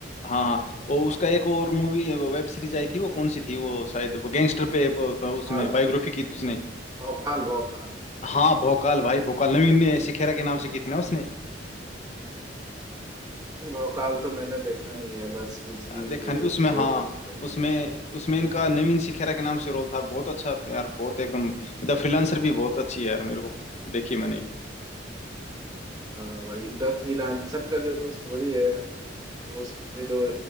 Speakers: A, on the left (about 40°); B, on the right (about 20°).
A: हाँ हाँ वो उसका एक और मूवी वेब सीरीज आई थी वो कौन सी थी वो शायद वो गैंगस्टर पे वो, तो
B: भोकाल
A: उसमें बायोग्राफी की थी उसने
B: भौकाल भौकाल
A: हाँ भोकाल भाई भोकाल नवीन ने सिखेरा के नाम से की थी ना उसने
B: भाई भौकाल तो मैंने देखा नहीं है बस कुछ सीन्स
A: देखा
B: देखे
A: नहीं उसमें
B: थे
A: हाँ
B: बहुत अच्छी लगी
A: उसमें
B: थी
A: उसमें इनका नवीन सिखेरा के नाम से रोल था और बहुत अच्छा यार बहुत एकदम द फ्रीलांसर भी बहुत अच्छी है यार मेरे को देखी मैंने
B: हाँ भाई द फ्रीलांसर का जो स्टोरी है वो उस पे जो